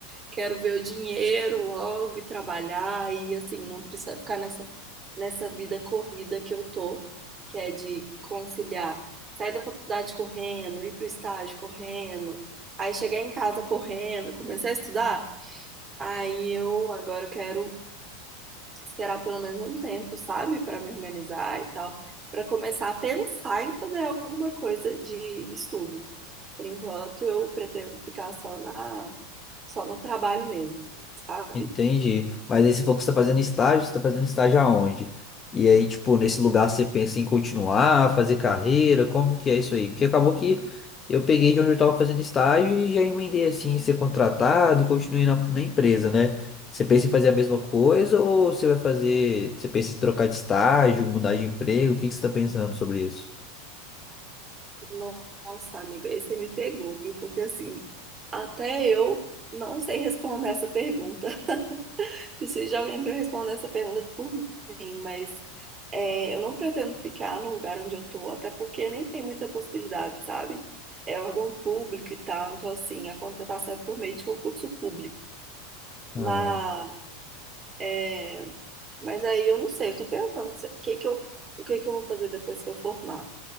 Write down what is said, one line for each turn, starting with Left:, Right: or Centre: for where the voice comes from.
Right: Quero ver o dinheiro logo e trabalhar e, assim, não precisar ficar nessa, nessa vida corrida que eu tô, que é de conciliar sair da faculdade correndo, ir pro estágio correndo, aí chegar em casa correndo, começar a estudar. Aí eu agora eu quero esperar pelo menos um tempo, sabe, para me organizar e tal, para começar a pensar em fazer alguma coisa de estudo. Por enquanto, eu pretendo ficar só na, só no trabalho mesmo, sabe?
Left: Entendi. Mas aí você falou que você está fazendo estágio, você está fazendo estágio aonde? E aí, tipo, nesse lugar você pensa em continuar, fazer carreira, como que é isso aí? Porque acabou que eu peguei de onde eu estava fazendo estágio e já emendei assim, em ser contratado e continuei na, na empresa, né? Você pensa em fazer a mesma coisa ou você vai fazer, você pensa em trocar de estágio, mudar de emprego? O que que você está pensando sobre isso?
Right: Nossa, amiga, aí você me pegou, viu? Porque assim, até eu não sei responder essa pergunta. Preciso de alguém para responder essa pergunta por mim, mas é, eu não pretendo ficar no lugar onde eu tô, até porque nem tem muita possibilidade, sabe? É órgão público e tal, então assim, a contratação é por meio de concurso público. Mas,
Left: Ah,
Right: é, mas aí eu não sei, eu tô pensando se- o que que eu, o que que eu vou fazer depois que eu formar.